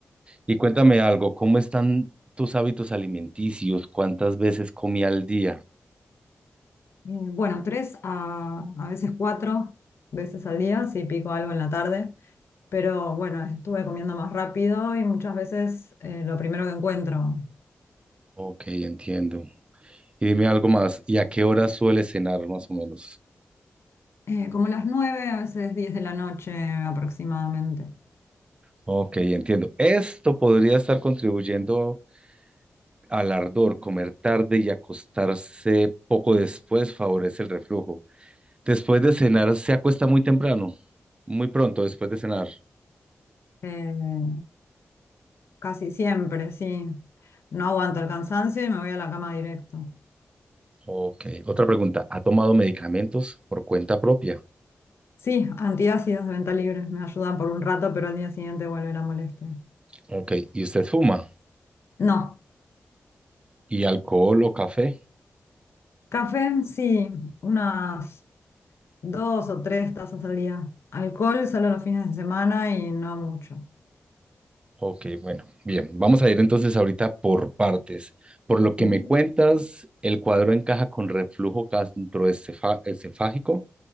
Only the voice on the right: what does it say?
Y cuéntame algo, ¿cómo están tus hábitos alimenticios? ¿Cuántas veces comí al día?
Ok, entiendo. Y dime algo más, ¿y a qué hora sueles cenar más o menos?
Ok, entiendo. Esto podría estar contribuyendo al ardor, comer tarde y acostarse poco después favorece el reflujo. Después de cenar, se acuesta muy temprano, muy pronto después de cenar.
Ok, otra pregunta. ¿Ha tomado medicamentos por cuenta propia?
Ok, ¿y usted fuma?
¿Y alcohol o café?
Ok, bueno, bien. Vamos a ir entonces ahorita por partes. Por lo que
me cuentas, el cuadro encaja con reflujo gastroesofágico